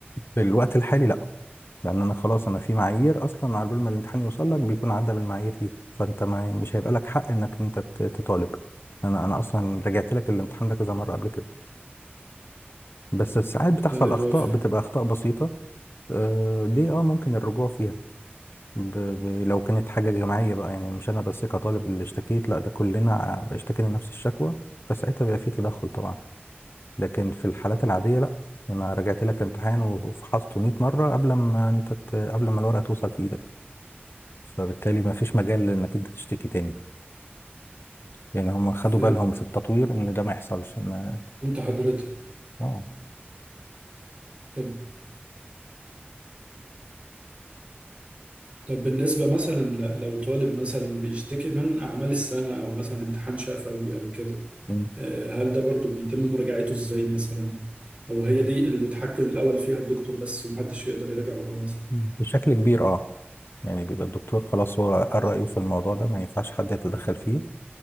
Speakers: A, on the left; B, on the right.
A: في الوقت الحالي لا لان انا خلاص انا في معايير اصلا على بال ما الامتحان يوصل لك بيكون عدى بالمعايير دي فانت ما مش هيبقى لك حق انك انت ت- تطالب انا انا اصلا رجعت لك الامتحان ده كذا مره قبل كده بس ساعات بتحصل
B: أيوه
A: اخطاء
B: فاهم
A: بتبقى اخطاء بسيطه آه، دي اه ممكن الرجوع فيها ب... ب... لو كانت حاجه جماعيه بقى يعني مش انا بس كطالب اللي اشتكيت لا ده كلنا ع- اشتكينا نفس الشكوى فساعتها بيبقى في تدخل طبعا لكن في الحالات العاديه لا انا رجعت لك الامتحان وفحصته 100 مره قبل ما انت ت... قبل ما الورقه توصل في ايدك فبالتالي ما فيش مجال انك انت تشتكي تاني يعني هم خدوا
B: فهمت
A: بالهم في التطوير ان ده ما يحصلش ان
B: حضرتك
A: اه
B: طب طب بالنسبة مثلا ل- لو طالب مثلا بيشتكي من أعمال السنة أو مثلا امتحان شفوي أو كده
A: مم.
B: آه، هل ده برضو بيتم مراجعته ازاي مثلا او هي دي المتحكم الاول فيها الدكتور بس ومحدش يقدر يراجع وراه مثلا
A: مم. بشكل كبير اه يعني بيبقى الدكتور خلاص هو قال رأيه في الموضوع ده ما ينفعش حد يتدخل فيه